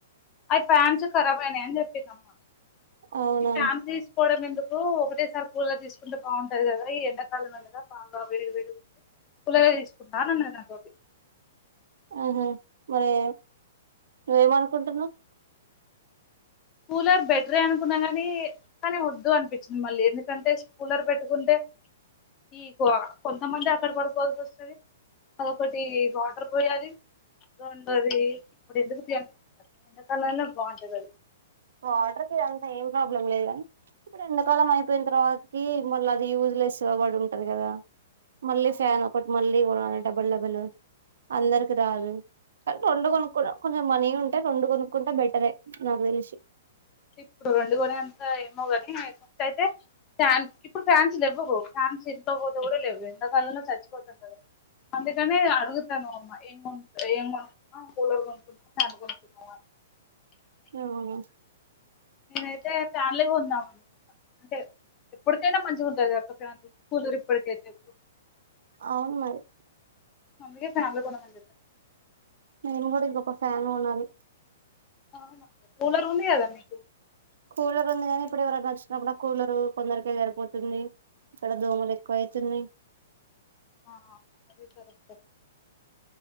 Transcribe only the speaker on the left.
ఆ ఫ్యాన్సు ఖరాబు అయినాయ్ అని చెపింది అమ్మ
ఈ ఫాన్స్ తీసుకోవడం ఎందుకు ఒకటేసారి కూలర్ తీసుకుంటే బాగుంటది కదా ఈ ఎండాకాలం మీద బాగా వేడి వేడి ఉం కులర్ ఎ తీసుకుంటా అన్నది నాతోటి
కూలర్ బెటరే అనుకున్నా కాని కానీ వద్దు అనిపించింది మళ్ళీ ఎందుకంటే కూలర్ పెట్టుకుంటే ఈ కో కొంతమంది అక్కడ పడుకోవాల్సి వస్తది అదిఒకటి వాటర్ పోయాలి రెండోది ఇప్పుడు ఎందుకు తీ అనిపింతాంది ఎండకాలంలో బాగుంటది అది
ఆ,
ఇప్పుడు రెండు గోనే అంతా ఏమోగాని ఫస్ట్ అయితే ఫాన్స్ ఇప్పుడు ఫ్యాన్స్ లేవ్వవు ఫ్యాన్స్ ఇంట్లో పోతే కూడా లేవు ఎంతకాలంలో చచ్చిపోతరు కదా అందుకనే అడుగుతనవమ్మ ఏం కొను ఏం కొనుక్కున్నావ్ కూలర్ కొనుకున్నవా ఫ్యాన్ కొనుక్కున్నావా అని
నేనైతే ఫ్యాన్లే కొందాం అనుకున్న అంటే ఎప్పటికైనా మంచిగుంటై గ వత్తాంది కూలర్ ఇప్పుటికైతే
అందుకే ఫ్యాన్లు కొనమని చెప్పిన
అవును అక్క కూలర్ ఉంది గదా మీకు
అ అదీ కరెక్టే